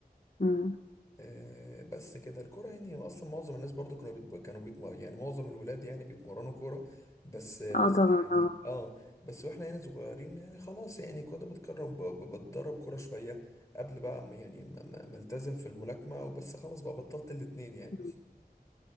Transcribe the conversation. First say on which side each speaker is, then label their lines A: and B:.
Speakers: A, on the left (about 55°); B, on the left (about 20°).
A: مم.
B: آه، بس كده الكرة يعني اصلا معظم الناس برضو كانوا بيتب... كانوا بيتم... يعني معظم الولاد يعني بيتمرنوا كرة بس بس
A: اه طبعا
B: يعني
A: اه
B: اه بس واحنا يعني صغيرين يعني خلاص يعني كنت بتكرم ب... ب- بتدرب كرة شوية قبل بقى ما- يعني ما ما- ما التزم في الملاكمة بس خلاص بقى بطلت الاتنين يعني
A: مم.